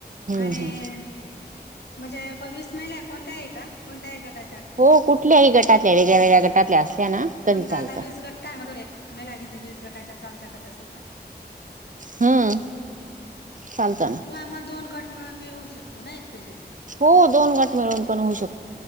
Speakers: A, on the right (about 50°); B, on the left (about 75°).
A: हम्म
B: आणि-
A: हम्म
B: म्हणजे प वीस महिला कोणत्या आहे का कोणत्या आहे गटात.
A: हो कुठल्याही गटातल्या वेगळ्या वेगळ्या गटातल्या असल्या ना
B: समजा
A: तरी चालतं
B: आता वीस गटा <inaudible> महिला घेतली वीस गटाच्या चालत का तस पण-
A: हम्म चालतं ना
B: किंवा मग दोन गट- मिळून बी होऊ शकतो ना एक पेजे-
A: हो दोन गट- मिळून पण होऊ शकोतो.